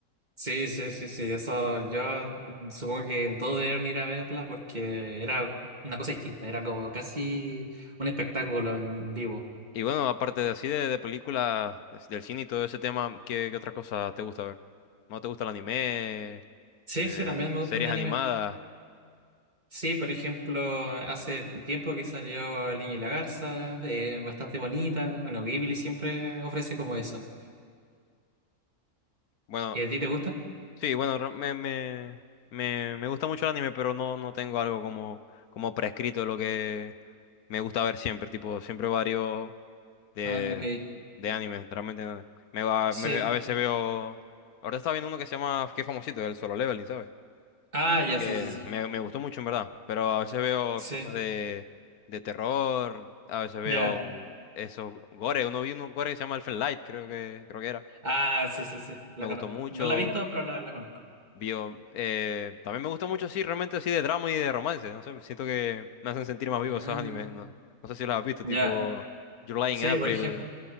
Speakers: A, on the right; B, on the left.
A: Sí, sí, sí, sí, eso yo supongo que todos debieron ir a verla porque era una cosa distinta, era como casi un espectáculo en vivo.
B: Y bueno, aparte de así de, de películas, es- del cine y todo ese tema, ¿qué, qué otra cosa te gusta ver? ¿No te gusta el anime?
A: Sí,
B: Eh,
A: sí, también me
B: ¿series
A: gustan de anime.
B: animadas?
A: Sí, por ejemplo, hace tiempo que salió El Niño y la Garza, eh, bastante bonita. Bueno, Ghibli siempre ofrece como eso.
B: Bueno,
A: ¿Y a ti te gusta?
B: sí, bueno, re- me, me, me, me gusta mucho el anime, pero no, no tengo algo como, como prescrito de lo que me gusta ver siempre. Tipo, siempre varios. de,
A: Ah, ok.
B: de anime, realmente no. Me va,
A: Sí.
B: me- a veces veo... Ahora estaba viendo uno que se llama, que es famosito, el Solo Leveling, ¿sabes?
A: Ah, ya,
B: Que
A: sí, sí, sí.
B: me, me gustó mucho en verdad, pero a veces veo
A: Sí,
B: cosas de, de terror, a veces veo
A: ya.
B: esos gore, uno vi unos gore que se llama Elfen Light, creo que, creo que era.
A: Ah, sí, sí, sí. La
B: Me gustó
A: conozco.
B: mucho,
A: No la he visto, pero la, la conozco.
B: vio, eh, también me gusta mucho así, realmente así de drama y de romance, no sé, siento que me hacen sentir más
A: Ah,
B: vivo esos animes, no, no sé si los has visto,
A: ya.
B: tipo July
A: Sí,
B: in April,
A: por ejemplo.